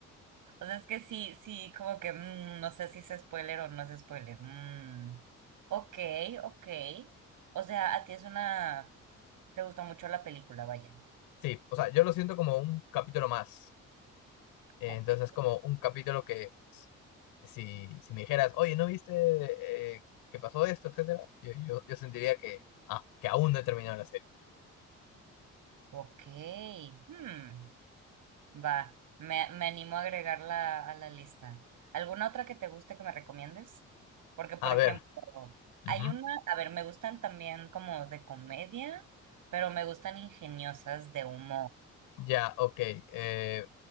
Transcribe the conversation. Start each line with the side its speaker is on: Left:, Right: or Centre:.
Right: o sea, es que sí, sí, como que mm, no sé si es spoiler o no es spoiler. Mm. Ok, ok. O sea, a ti es una... Te gustó mucho la película, vaya.
Left: Sí, o sea, yo lo siento como un capítulo más. Eh,
Right: Ok,
Left: entonces es como un capítulo que pues, si, si me dijeras, oye, ¿no viste eh, que pasó esto, etcétera? Yo, yo, yo sentiría que, ah, que aún no he terminado la serie.
Right: ok. Hmm. Va, me, me animo a agregarla a la lista. ¿Alguna otra que te guste que me recomiendes? Porque, por
Left: A
Right: ejemplo,
Left: ver, ujú,
Right: hay una, a ver, me gustan también como de comedia, pero me gustan ingeniosas de humor.
Left: ya, ok. eh,